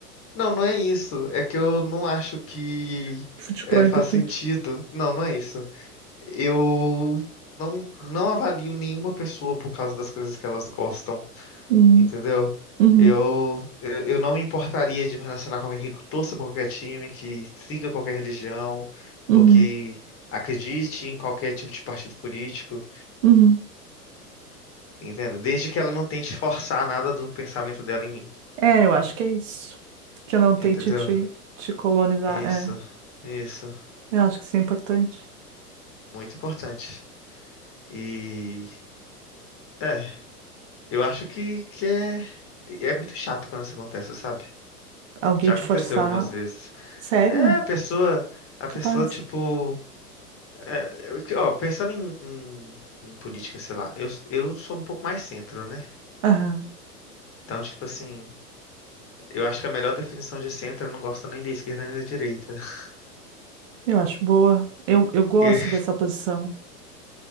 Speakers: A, on the left; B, on the right.
A: Não, não é isso. É que eu não acho que
B: Futebol
A: é,
B: é
A: faz
B: importante.
A: sentido. Não, não é isso. Eu não, não avalio nenhuma pessoa por causa das coisas que elas gostam.
B: Hum,
A: Entendeu?
B: uhum,
A: Eu, eu, eu não me importaria de me relacionar com alguém que torça por qualquer time, que siga qualquer religião,
B: uhum,
A: ou que acredite em qualquer tipo de partido político,
B: uhum.
A: entendeu? Desde que ela não tente forçar nada do pensamento dela em mim,
B: É, eu acho que é isso. Que eu não
A: entendeu?
B: tente te, te colonizar.
A: Isso,
B: É,
A: isso,
B: eu acho que isso é importante.
A: muito importante. E é, eu acho que, que é, é muito chato quando isso acontece, sabe?
B: Alguém
A: Já
B: te
A: aconteceu
B: forçar.
A: algumas vezes.
B: Sério?
A: É, a pessoa, a pessoa,
B: Capaz.
A: tipo. É, eu- ó, pensando em, em- em política, sei lá, eu, eu sou um pouco mais centro, né?
B: Aham.
A: Então, tipo assim, eu acho que a melhor definição de centro é não gosta nem da esquerda nem da direita. <laughs>
B: Eu acho boa. Eu, eu gosto
A: E-
B: dessa posição.